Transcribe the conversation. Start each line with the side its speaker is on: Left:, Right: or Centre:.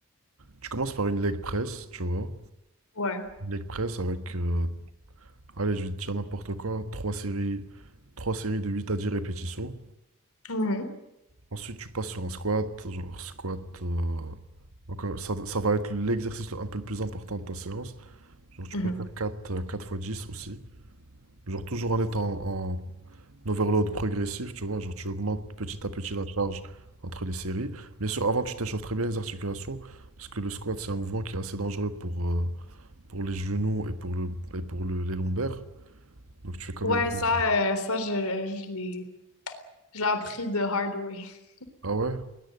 Right: tu commences par une leg press, tu vois.
Left: ouais.
Right: Une leg press avec, euh, allez, je vais te dire n'importe quoi, trois séries, trois séries de 8 à 10 répétitions.
Left: Mhm,
Right: Ensuite, tu passes sur un squat, genre squat. euh, donc, euh, ça, ça va être l'exercice le- un peu le plus important de ta séance. Genre, tu
Left: mhm.
Right: peux faire quatre euh, 4 fois 10 aussi. Genre, toujours en étant en l'overload progressif, tu vois, genre tu augmentes petit à petit la charge entre les séries. Bien sûr, avant, tu t'échauffes très bien les articulations, parce que le squat, c'est un mouvement qui est assez dangereux pour, euh, pour les genoux et pour le, et pour le- les lombaires. Donc tu fais quand
Left: Ouais,
Right: même... un peu-
Left: ça, euh, ça, je, je l'ai, je l'ai appris de hard way. <laughs>
Right: Ah ouais?